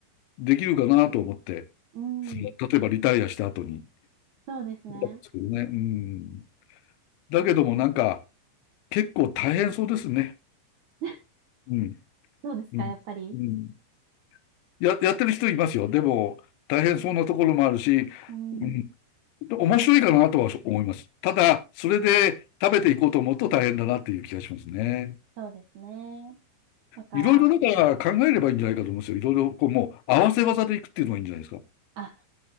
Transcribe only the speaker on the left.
できるかなと思って、
例えばリタイアした後に。
ですけどね。うん。だけどもなんか、結構大変そうですね。
うん。
うん。
うん。や、やってる人いますよ。でも、大変そうなところもあるし、
うん、面白いかなとは思います。ただ、それで食べていこうと思うと大変だなっていう気がしますね。
いろいろだから考えればいいんじゃないかと思いますよ。いろいろこうもう合わせ技でいくっていうのがいいんじゃないですか。